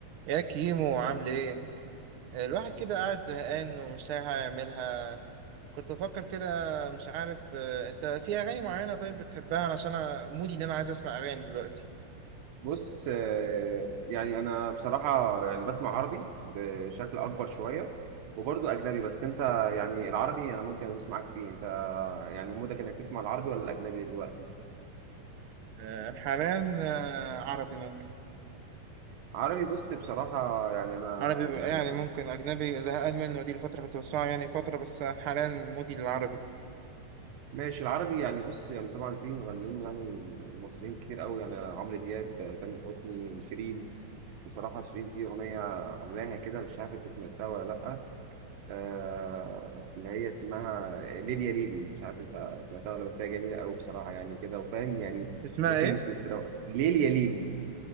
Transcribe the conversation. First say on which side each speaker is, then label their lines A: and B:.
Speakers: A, on the right; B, on the right.
A: يا كيمو عامل ايه؟ الواحد كده قاعد زهقان ومش لاقي حاجة يعملها كنت بفكر كده مش عارف آه، انت في اغاني معينة طيب بتحبها علشان انا مودي ان انا عايز اسمع اغاني دلوقتي
B: بص آه، يعني انا بصراحه يعني بسمع عربي بشكل اكبر شويه وبرضه اجنبي بس انت يعني العربي انا ممكن ادوس معاك فيه انت يعني مودك انك تسمع العربي ولا الاجنبي دلوقتي
A: آه، حاليا آه، عربي ممكن
B: عربي بص بصراحه
A: آه،
B: يعني انا
A: عربي بقى
B: يعني
A: يعني ممكن اجنبي زهقان منه دي الفترة كنت بسمعها يعني فترة بس حاليا مودي للعربي
B: ماشي العربي يعني بص يعني طبعا في مغنيين يعني مصريين كتير قوي يعني عمرو دياب تامر حسني شيرين بصراحه شيرين في اغنيه عاملاها كده مش عارف انت سمعتها ولا لا آه، اللي هي اسمها ليليا ليلي مش عارف انت سمعتها ولا بس هي جميله قوي بصراحه يعني كده وفاهم يعني
A: اسمها
B: ممكن
A: ايه؟
B: تترو... ليليا ليلي